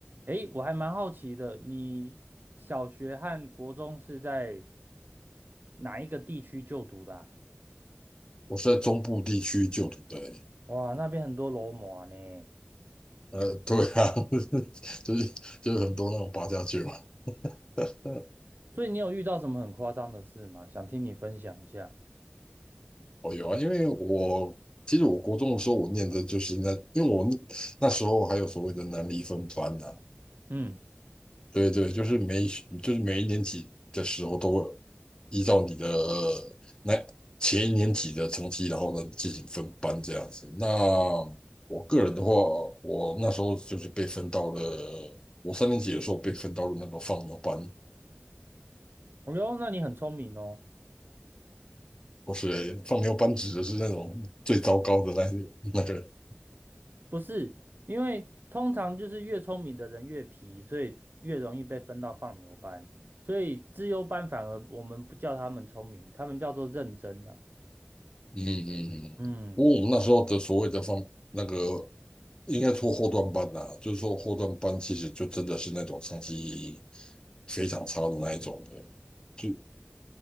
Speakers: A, on the right; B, on the left.
A: 诶，我还蛮好奇的，你小学和国中是在哪一个地区就读的啊
B: 我是在中部地区就读的欸，
A: 哇，那边很多罗马呢，
B: 呃，对啊，<laughs> 就是就是很多那种八家将嘛。<laughs>
A: 所以你有遇到什么很夸张的事吗？想听你分享一下。
B: 哦，有啊，因为我其实我国中的时候，我念的就是那，因为我那时候还有所谓的南离分班呐、
A: 嗯，
B: 对对，就是每一就是每一年级的时候都会依照你的那前一年级的成绩，然后呢进行分班这样子。那我个人的话，我那时候就是被分到了，我三年级的时候被分到了那个放牛班，
A: 哦哟，那你很聪明哦。
B: 不是放牛班指的是那种 <laughs> 最糟糕的那那个。
A: 不是，因为通常就是越聪明的人越皮，所以越容易被分到放牛班，所以资优班反而我们不叫他们聪明，他们叫做认真啊。
B: 嗯嗯嗯。
A: 嗯，
B: 不过我们那时候的所谓的放那个应该说后段班呐、就是说后段班其实就真的是那种成绩非常差的那一种的，就